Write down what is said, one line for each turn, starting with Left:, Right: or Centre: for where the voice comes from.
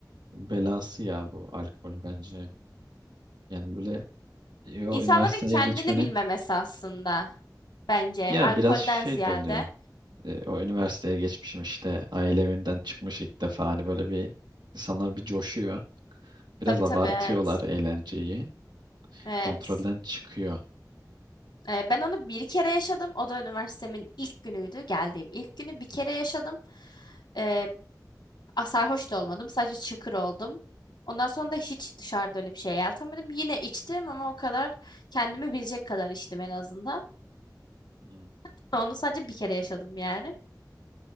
Right: belası ya bu alkol bence. Yani böyle e, o
Left: İnsanların
Right: üniversiteye
Left: kendini
Right: geçmenin
Left: bilmemesi aslında bence
Right: ya
Left: alkolden
Right: biraz şey
Left: ziyade.
Right: de oluyor. E, o üniversiteye geçmişim işte aile evinden çıkmış ilk defa hani böyle bir insanlar bir coşuyor. Biraz
Left: Tabii
Right: abartıyorlar
Left: tabii evet.
Right: eğlenceyi.
Left: Evet.
Right: Kontrolden çıkıyor.
Left: Ee, ben onu bir kere yaşadım. O da üniversitemin ilk günüydü. Geldiğim ilk günü bir kere yaşadım. Ee, a- sarhoş da olmadım. Sadece çıkır oldum. Ondan sonra da hiç dışarıda öyle bir şey yeltemedim. Yine içtim ama o kadar kendimi bilecek kadar içtim en azından.
Right: Hmm.
Left: <laughs> Onu sadece bir kere yaşadım yani.